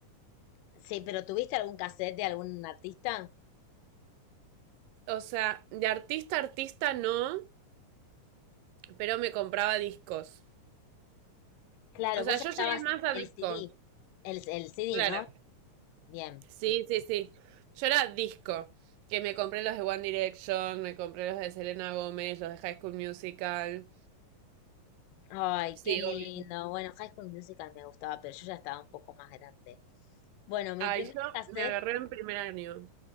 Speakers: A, on the left (about 80°); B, on the right (about 85°).
A: Sí, pero ¿tuviste algún cassette de algún artista?
B: O sea, de artista a artista no, pero me compraba discos.
A: Claro,
B: O sea,
A: vos
B: yo
A: ya estabas
B: llegué más a
A: el
B: disco.
A: CD, el, el CD,
B: Claro.
A: ¿no? Bien.
B: Sí, sí, sí. Yo era disco. Que me compré los de One Direction, me compré los de Selena Gómez, los de High School Musical.
A: Ay,
B: Sí,
A: qué lindo.
B: obvio.
A: Bueno, High School Musical me gustaba, pero yo ya estaba un poco más grande. Bueno, mi
B: Ay,
A: primer
B: yo
A: cassette
B: me agarré en primer año.